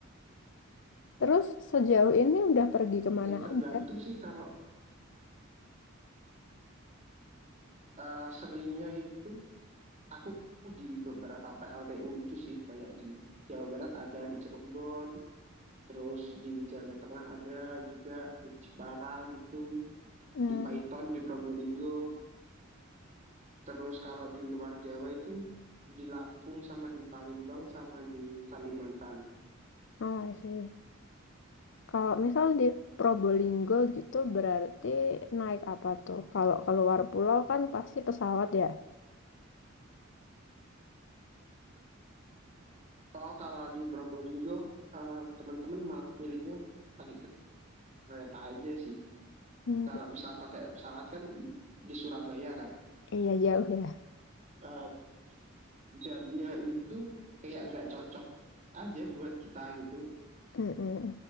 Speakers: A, on the left; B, on the right.
A: Terus sejauh ini udah pergi kemana
B: Eh tergantung
A: aja?
B: sih kalau eh, seringnya itu aku di beberapa PLTU gitu sih, kayak di Jawa Barat ada, di Cirebon, terus di Jawa Tengah ada juga di Jepara gitu.
A: Hmm.
B: di Python, di Probolinggo. Terus kalau di luar Jawa itu di Lampung sama di Palembang sama di Kalimantan.
A: Oh, I see. Kalau misal di Probolinggo gitu berarti naik apa tuh? Kalau keluar pulau kan pasti pesawat ya.
B: Oh, kalau di Probolinggo eh, teman-teman malah milihnya pakai kereta aja sih.
A: Hmm,
B: Kalau
A: bet-
B: misal pakai pesawat kan di Surabaya kan
A: iya jauh ya.
B: eh, jamnya itu kayak nggak cocok aja buat kita gitu.
A: Mm-mm.